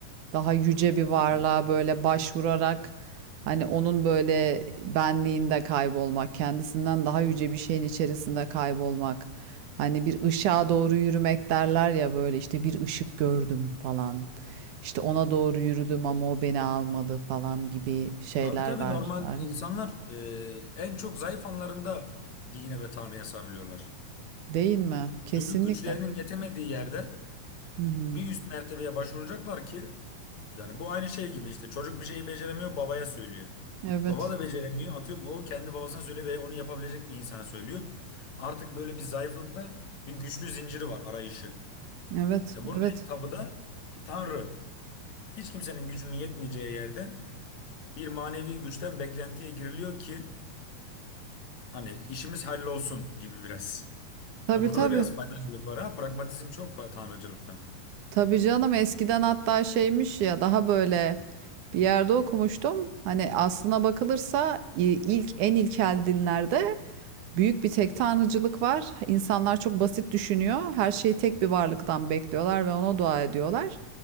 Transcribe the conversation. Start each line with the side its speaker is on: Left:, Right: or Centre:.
Right: daha yüce bir varlığa
Left: Aynen.
Right: böyle başvurarak hani onun böyle benliğinde kaybolmak, kendisinden daha yüce bir şeyin içerisinde kaybolmak. Hani bir ışığa doğru yürümek derler ya böyle işte bir ışık gördüm falan. İşte ona doğru yürüdüm ama o beni almadı falan gibi şeyler
Left: Tabii tabii
Right: var,
Left: normal
Right: var
Left: insanlar
Right: ya.
Left: e, en çok zayıf anlarında dine ve Tanrı'ya sarılıyorlar.
Right: Değil mi? Kesinlikle.
Left: Çünkü güçlerinin yetemediği yerde
Right: Hı hı.
Left: bir üst mertebeye başvuracaklar ki yani bu aynı şey gibi işte çocuk bir şeyi beceremiyor babaya söylüyor.
Right: Evet.
Left: Baba da beceremiyor atıyorum o kendi babasına söylüyor ve onu yapabilecek bir insana söylüyor. Artık böyle bir zayıflıkta bir güçlü zinciri var arayışı.
Right: Evet,
Left: E bunun
Right: evet.
Left: en tabı da Tanrı. Hiç kimsenin gücünün yetmeyeceği yerde bir manevi güçten beklentiye giriliyor ki hani işimiz hallolsun gibi biraz.
Right: Tabii
Left: Ha, burada
Right: tabii.
Left: da biraz faydacılık var ha. Pragmatizm çok var tanrıcılıkta.
Right: Tabii canım eskiden hatta şeymiş ya daha böyle bir yerde okumuştum. Hani aslına bakılırsa i- ilk en ilkel dinlerde Büyük bir tek tanrıcılık var. İnsanlar çok basit düşünüyor. Her şeyi tek bir varlıktan bekliyorlar ve ona dua ediyorlar.